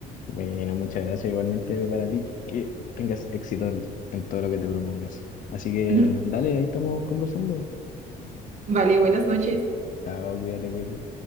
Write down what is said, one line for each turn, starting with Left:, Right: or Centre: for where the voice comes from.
Left: Bueno, muchas gracias. Igualmente para ti, que tengas éxito en en todo lo que te propongas. Así que
Right: <laughs>
Left: dale, ahí estamos conversando.
Right: Vale, buenas noches.
Left: Chao, cuídate, cuídate.